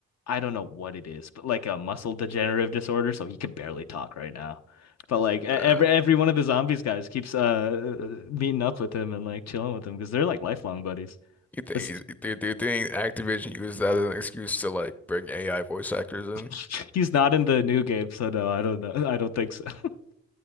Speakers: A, on the left; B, in the centre.
A: I don't know what it is, but like a muscle degenerative disorder, so he can barely talk right now. But like e- every
B: Um,
A: every one of the zombies guys keeps uh meeting up with him and like chilling with him because they're like lifelong buddies.
B: you think
A: But
B: you, you, you think Activision used that as an excuse to like bring AI voice actors in?
A: <laughs> He's not in the new game, so no, I don't know. <laughs> I don't think so. <laughs>